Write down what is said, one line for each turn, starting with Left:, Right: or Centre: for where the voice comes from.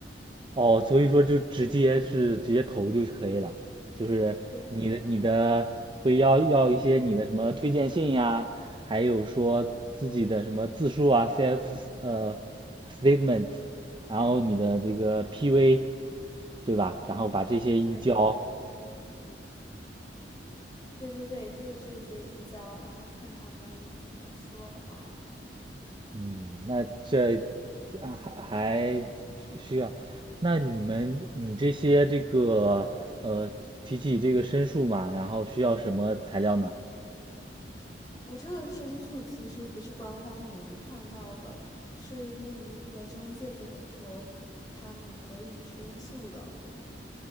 Right: 哦，所以说就直接是直接投就可以了，就是你的你的会要要一些你的什么推荐信呀，
Left: 对啊，
Right: 还有说自己的什么自述啊，CF 呃 statement，然后你的这个 PV，对吧？然后把这些一交，
Left: 对对对对，就是这些一交，然后看他们怎么说吧。
Right: 嗯，那这这啊还还需要，那你们你这些这个呃提起这个申诉嘛，然后需要什么材料呢？
Left: 我这个申诉其实不是官方能看到的，是那一个中介跟我说，他们可以申诉的。